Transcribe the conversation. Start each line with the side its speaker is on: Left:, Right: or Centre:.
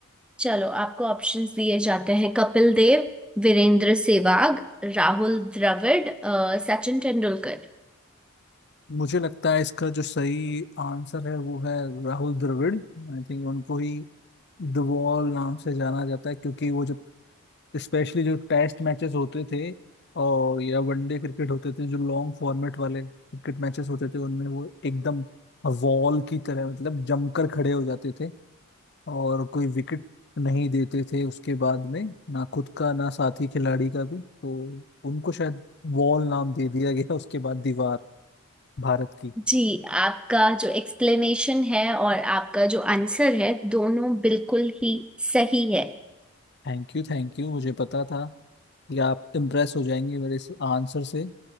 Centre: चलो आपको ऑप्शंस दिए जाते हैं कपिल देव वीरेंद्र सहवाग राहुल द्रविड़ अ, सचिन तेंदुलकर
Left: मुझे लगता है इसका जो सही आंसर है वो है राहुल द्रविड़ आई थिंक उनको ही द वॉल नाम से जाना जाता है क्योंकि वो जो स्पेशली जो टेस्ट मैचेस होते थे और या वनडे क्रिकेट होते थे जो लॉन्ग फॉर्मेट वाले क्रिकेट मैचेस होते थे उनमें वो एकदम वॉल की तरह मतलब जमकर खड़े हो जाते थे और कोई विकेट नहीं देते थे उसके बाद में ना खुद का ना साथी खिलाड़ी का भी तो उनको शायद वॉल नाम दे दिया गया <laughs> उसके बाद दीवार भारत की
Centre: जी आपका जो एक्सप्लेनेशन है और आपका जो आंसर है दोनों बिल्कुल ही सही है
Left: थैंक यू थैंक यू मुझे पता था कि आप इम्प्रेस हो जाएंगे मेरे इस आंसर से